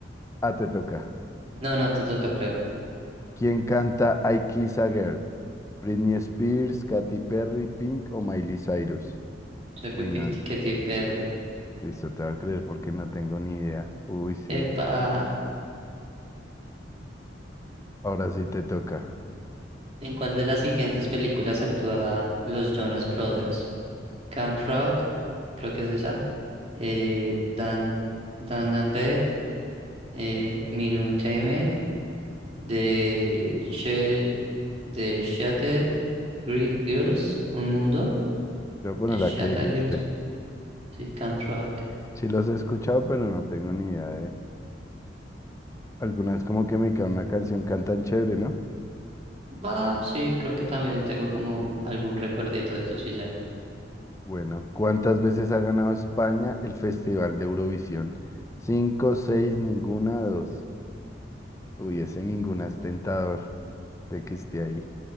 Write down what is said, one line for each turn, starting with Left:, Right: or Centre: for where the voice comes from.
Left: A Te Toca?
Right: No, no, te toca, creo.
Left: ¿Quién canta I Kiss a Girl? ¿Britney Spears, Katy Perry, Pink o Miley Cyrus?
Right: Yo
Left: Uy,
Right: creo que
Left: no,
Right: es
Left: no.
Right: Katy Perry.
Left: Listo, te va a creer porque no tengo ni idea. Uy, sí,
Right: Epa.
Left: re. Ahora sí te toca.
Right: ¿En cuál de las siguientes películas actúa los Jonas Brothers? Camp Rock, creo que es esa. Eh, Dan, Dan Apet, eh, Minutamen, de She, de Shattered Gri- Girls, Un Mundo,
Left: Te voy a poner
Right: de Shattered
Left: la que dijiste.
Right: Girls, Un- sí, Camp Rock.
Left: Sí los he escuchado, pero no tengo ni idea de... Algunas como que me cae una canción cantan chévere, ¿no?
Right: Ah, sí, creo que también tengo como algún recuerdito de ellos y ya.
Left: Bueno, ¿cuántas veces ha ganado España el Festival de Eurovisión? Cinco, seis, ninguna, dos. Uy, ese ninguna es tentador de que esté ahí.